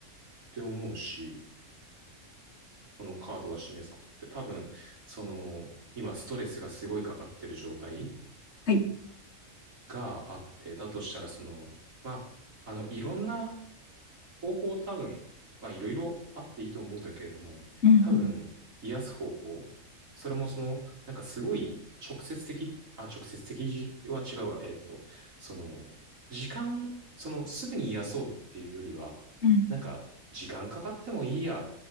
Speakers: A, on the right (about 85°); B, on the left (about 60°).
A: て思うし、このカードが示すことって多分、その、今ストレスがすごいかかってる状態
B: はい。
A: があって、だとしたらその、まあ、あの、いろんな方法多分、まあいろいろあっていいと思うんだけれども、
B: うん。
A: 多分、癒す方法、それもその、なんかすごい直接的、あ、直接的は違うわ。えーっと、その、時間、その、すぐに癒そうっていうよりは、
B: うん。
A: なんか、時間かかってもいいや。